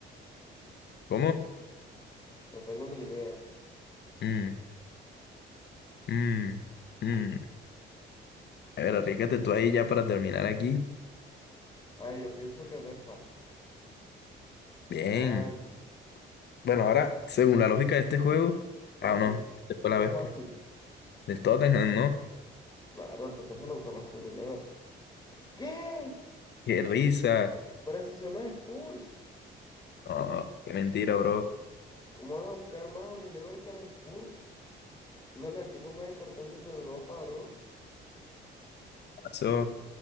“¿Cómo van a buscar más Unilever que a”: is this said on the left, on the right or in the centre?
Left